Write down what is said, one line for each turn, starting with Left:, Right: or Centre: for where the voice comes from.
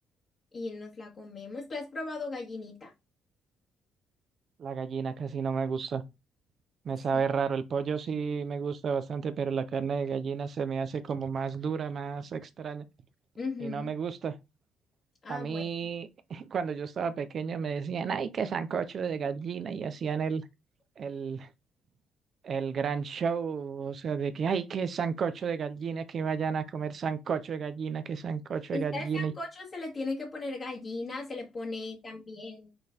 Left: y nos la comemos. ¿Tú has probado gallinita?
Right: La gallina casi no me gusta, me
Left: Sí.
Right: sabe raro. El pollo sí me gusta bastante, pero la carne de gallina se me hace como más dura, más extraña
Left: Ujú.
Right: y no me gusta.
Left: Ah,
Right: A mí,
Left: bueno.
Right: <laughs> cuando yo estaba pequeño, me decían, ay, qué sancocho de gallina y hacían el... El, el gran show, o sea, de que hay que sancocho de gallina, que vayan a comer sancocho de gallina, que sancocho
Left: Este
Right: de gallina.
Left: sancocho
Right: Y,
Left: se le tiene que poner gallina, se le pone también